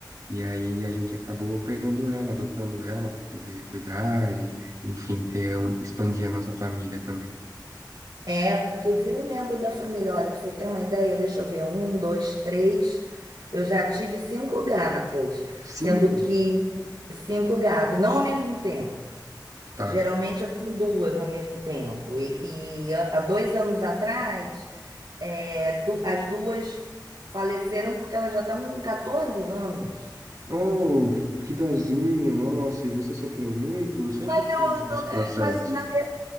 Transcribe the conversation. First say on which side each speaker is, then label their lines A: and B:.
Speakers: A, on the right; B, on the right.
A: E aí a gente acabou pegando ela, adotando ela para poder cuidar e, enfim, ter, um- expandir a nossa família também.
B: É, porque vira um membro da família. Olha, pra você ter uma ideia, deixa eu ver, um, dois, três. Eu já tive cinco gatas, sendo
A: Cinco?
B: que cinco gatas, não ao mesmo tempo.
A: Tá.
B: Geralmente eu tenho duas ao mesmo tempo. E, e há há dois anos atrás, é, du- as duas faleceram porque elas já estavam com 14 anos.
A: Oh, que dozinho, nossa, e você sofreu muito? Eu sempre
B: Mas
A: penso
B: eu,
A: nesse
B: eu-
A: processo.
B: é, mas na, ver-